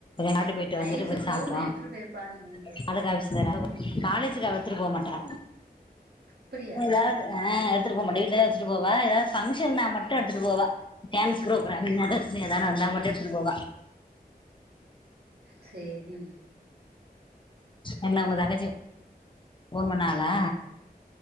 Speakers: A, on the left (about 30°); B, on the right (about 75°).
A: நகட்டு போய்ட்டு வந்துட்டு
B: ஐசு
A: போய்
B: ஃபோன்
A: சாப்ட்டோ
B: எடுத்துட்டு போயிருப்பான்னு நெனச்சே
A: <unintelligible>
B: ம்
A: காலேஜுக் அவ எத்துட்டு போ மாட்டா
B: அப்படியா
A: அவளாது ஆ எடுத்துட்டு போ மாட்டா வீட்ல தா வச்சுட்டு போவா எதா ஃபங்ஷன்னா மட்டு எடுத்துட்டு போவா டேன்ஸ் ப்ரோக்ராம் நெதர்ஸ்னு எதானு வந்தா மட்டு எடுத்துட்டு போவா
B: சேரி
A: என்ன உங்க தங்கச்சி ஃபோன் பண்ணாங்களா?